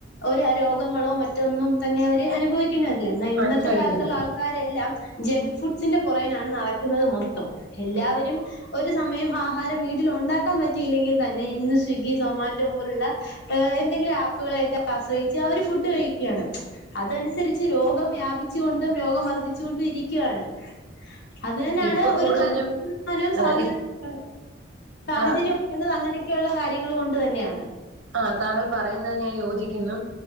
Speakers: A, on the left; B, on the right.
A: ഒരു രോഗങ്ങളോ മറ്റൊന്നും തന്നെ അവര് അനുഭവി <unintelligible> ഇന്നാ ഇന്നത്തെ
B: അനുഭവിക്കുന്നു
A: കാലത്തുള്ള ആൾ ക്കാരെല്ലാം ജങ്ക് ഫുഡ്സിന്റെ പൊറേനാണ് നടക്കുന്നത് മൊത്തം എല്ലാവരും ഒരു സമയം ആഹാരം വീട്ടിൽ ഉണ്ടാക്കാൻ പറ്റിയില്ലെങ്കിൽ തന്നെ ഇന്ന് സ്വിഗ്ഗി സൊമാറ്റോ പോലുള്ള എന്തെങ്കിലും ആപ്പുകളൊക്കെ ആശ്രയിച്ച് അവര് ഫുഡ് കഴിക്കുകയാണ് അതനുസരിച്ച് രോഗം വ്യാപിച്ചുകൊണ്ടും രോഗം വർധിച്ചുകൊണ്ടും ഇരിക്കുയാണ് അത് തന്നെയാണ്
B: ഇപ്പൊ
A: ഒരു
B: കൂടുതലും
A: തൊണ്ണൂ ശതമാനവും
B: അത
A: സാധ്യത സാഹചര്യം
B: ആ
A: വക്കുന്നത് അങ്ങനെയൊക്കെയുള്ള കാര്യങ്ങൾ കൊണ്ട് തന്നെയാണ്
B: ആഹ് താങ്കൾ പറയുന്നത് ഞാൻ യോജിക്കുന്നു